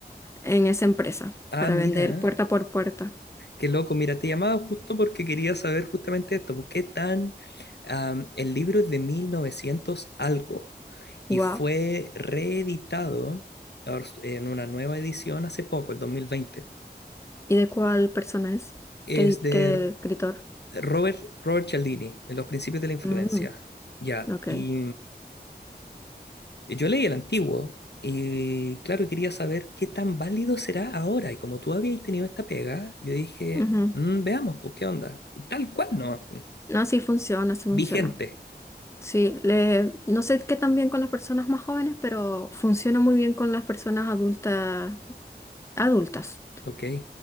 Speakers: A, on the left (about 15°); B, on the left (about 75°).
A: en esa empresa
B: Ah,
A: para
B: mira,
A: vender puerta por puerta.
B: qué loco. Mira, te llamaba justo porque quería saber justamente esto. ¿Por ¿Qué tan... am, el libro es de 1900 algo y
A: Wow.
B: fue reeditado or- en una nueva edición hace poco, el 2020?
A: ¿Y de cuál persona es?
B: Es
A: ¿Qué, di-
B: de
A: qué
B: R-
A: escritor?
B: Robert, Robert Cialdini, en Los Principios de la Influencia.
A: Mm,
B: Ya,
A: ok.
B: y... Eh, Yo leí el antiguo y claro, quería saber qué tan válido será ahora. Y como tú habías tenido esta pega, yo dije,
A: Ujú.
B: "Mm, veamos, pues qué onda. Y tal cual, ¿no?
A: No, sí funciona, sí funciona.
B: Vigente.
A: Sí, le, no sé qué tan bien con las personas más jóvenes, pero funciona muy bien con las personas adultas, adultas.
B: Ok.